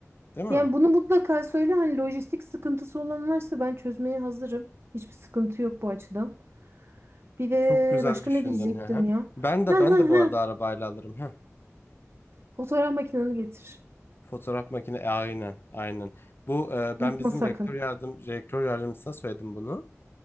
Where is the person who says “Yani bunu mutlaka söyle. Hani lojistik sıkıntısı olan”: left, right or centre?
Right